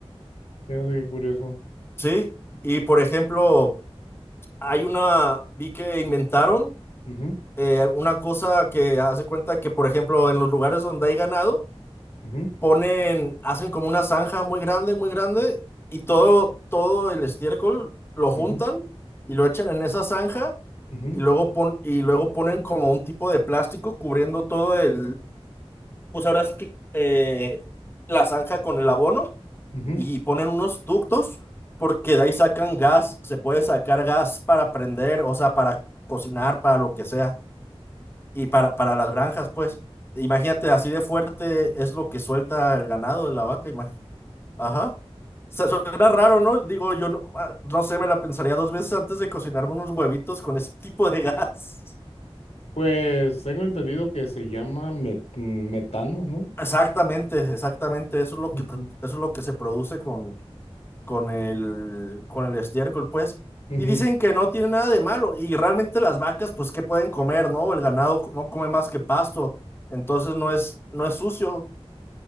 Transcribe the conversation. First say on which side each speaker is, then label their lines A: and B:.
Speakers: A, on the left (about 85°); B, on the left (about 20°).
A: Fíjate qué curioso.
B: Sí. Y, por ejemplo, hay una, vi que inventaron
A: mhm
B: eh, una cosa que hace cuenta que, por ejemplo, en los lugares donde hay ganado,
A: mhm
B: ponen, hacen como una zanja muy grande, muy grande, y todo, todo el estiércol lo juntan
A: mhm
B: y lo echan en esa zanja
A: Ujú,
B: y luego pon, y luego ponen como un tipo de plástico cubriendo todo el, pues ahora es que eh, la zanja con el abono
A: ujú.
B: y ponen unos ductos porque de ahí sacan gas, se puede sacar gas para prender, o sea, para cocinar, para lo que sea, y para, para las granjas, pues. Imagínate, así de fuerte es lo que suelta el ganado de la vaca. Ajá. Su- Suena raro, ¿no? Digo, yo no, ah, no sé, me la pensaría dos veces antes de cocinarme unos huevitos con ese tipo de <laughs> gas.
A: Pues tengo entendido que se llama met- metano, ¿no?
B: Exactamente, exactamente. Eso es lo
A: Ujú,
B: que, pro- eso es lo que se produce con, con el, con el estiércol, pues.
A: ujú.
B: Y dicen que no tiene nada de malo. Y realmente las vacas, pues, ¿qué pueden comer, no? El ganado no come más que pasto. Entonces no es, no es sucio.